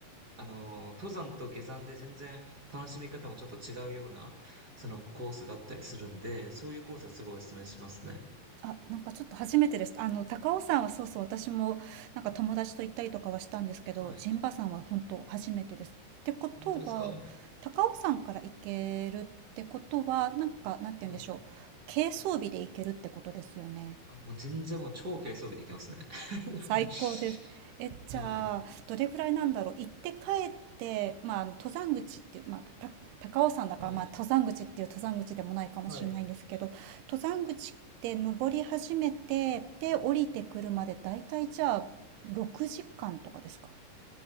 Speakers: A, on the right; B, on the right.
A: あのー登山と下山で全然楽しみ方もちょっと違うような、そのコースがあったりするんで、そういうコースはすごいお勧めしますね。
B: あ、なんかちょっと初めてですあの、高尾山はそうそう、私もなんか友達と行ったりとかはしたんですけど、
A: はい。
B: 陣馬山は本当初めてです。ってことは、
A: 本当ですか
B: 高尾山から行けるってことは、なんか、なんて言うんでしょう。
A: はい。
B: 軽装備で行けるってことですよね。
A: あ、もう全然もう超軽装備できますね。<laughs>
B: 最高です。え、じゃあ、
A: はい。
B: どれぐらいなんだろう。行って帰って、まあ、あの登山口っていう、まあ、た、高尾山だから、
A: はい。
B: まあ、登山口っていう登山口でもないかもしれないんですけど、
A: はい。
B: 登山口って登り始めて、で、降りてくるまで、だいたいじゃあ、6時間とかですか